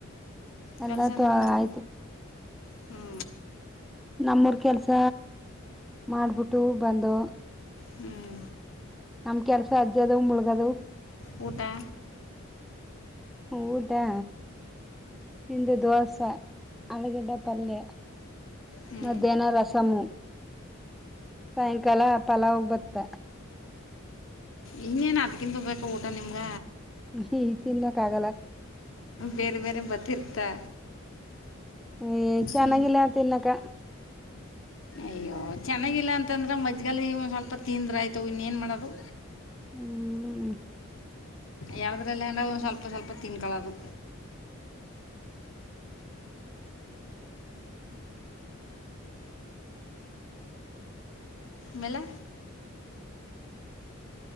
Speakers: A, in the centre; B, on the left (about 65°).
A: ಎಲ್ಲ
B: ಕೆಲಸನೂ
A: ತ
B: ಆಯಿತು
A: ಆಯ್ತು
B: ಹ್ಞೂ
A: ನಮ್ಮೂರ್ ಕೆಲ್ಸ ಮಾಡ್ಬಿಟ್ಟ ೂ ಬಂದು
B: ಹ್ಮ್
A: ನಮ್ ಕೆಲ್ಸ ಅಜ್ಜ ಅದ್ ಮುಳಗದವು
B: ಗಟಾ
A: ಊಟಾ ಇಂದು ದೋಸೆ ಹಲಗಿಡ್ಡ ಪಲ್ಯ
B: ಹ್ಞೂ
A: ಮಧ್ಯಾಹ್ನ ರಸಮ ಸಾಯಂಕಾಲ ಪಲಾವ ಬತ್ತ
B: ಇನ್ನೇನ್ ಅದ್ಕಿಂದು ಬೇಕ ಊಟ ನಿಮ್ಗ
A: ಹ್ಮ ತಿನ್ನಕ್ಕ ಆಗಲ್ಲ
B: ಬೇರೆ ಬೇರೆ ಬತ್ತಿರ್ತಾ
A: ಹ ಚೆನ್ನಾಗಿಲ್ಲ
B: ಹ್ಞೂ
A: ತಿನ್ನಕ
B: ಅಯ್ಯೋ ಚೆನ್ನಾಗಿಲ್ಲ ಅಂತಂದ್ರ ಮಜ್ಜಗಾಲ ಸ್ವಲ್ಪ ತಿಂದ್ರ ಆಯ್ತು ಇನ್ನೇನ್ ಮಾಡೋದು
A: ಹ್ಮ್
B: ಯಾವದ್ರಲ್ಲ ಅಏಂದ ಒಂದು ಸ್ವಲ್ಪ ಸ್ವಲ್ಪ ತಿನ್ಕಳದು ಮೇಲೆ